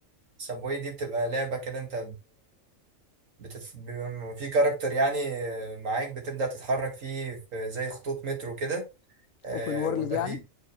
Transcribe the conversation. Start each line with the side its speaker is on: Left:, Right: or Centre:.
Right: سبوي دي بتبقى لعبة كده انت بتت... بيبقى في كاركتر يعني آه، معاك بتبدأ تتحرك فيه في زي خطوط مترو كده آه
Left: اوبن وورلد
Right: ويبقى
Left: يعني
Right: فيه